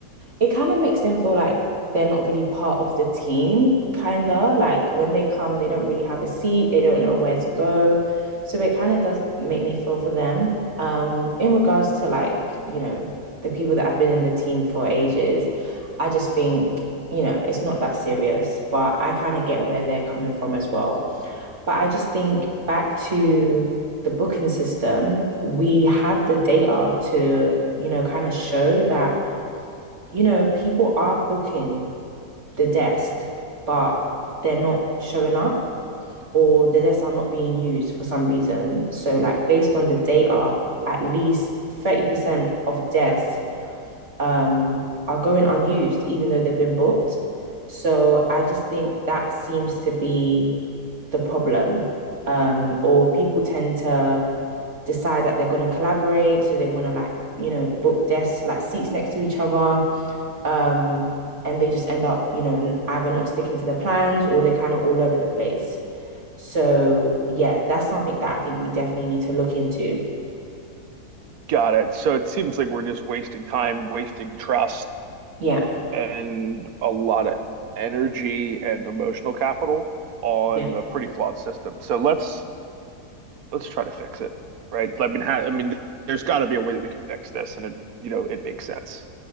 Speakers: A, on the right; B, on the right.
A: it kind of makes them feel like they're not really part of the team, kind of like when they come, they don't really have a seat, they don't know where to go. So it kind of does make me feel for them. Um, in regards to like, you know, the people that have been in the team for ages, I just think, you know, it's not that serious, but I kind of get where they're coming from as well but I just think back to the booking system, we have the data to, you know, kind of show that, you know, people are booking the desks, but they're not showing up or the desks are not being used for some reason. So, like, based on the data,
B: So,
A: at least 30% of desks um, are going unused, even though they've been booked. So I just think that seems to be the problem. Um, or people tend to decide that they're going to collaborate. So they want to, like, you know, book desks, like seats next to each other. Um, and they just end up, you know, either not sticking to the plans or they're kind of all over the place. So, yeah, that's something that I think we definitely need to look into.
B: got it. So it seems like we're just wasting time, wasting trust,
A: Yeah.
B: and a lot of energy and emotional capital on
A: Yeah.
B: a pretty flawed system. So let's let's try to fix it, right? I mean, ha I mean, there's got to be a way that we can fix this, and it, you know, it makes sense.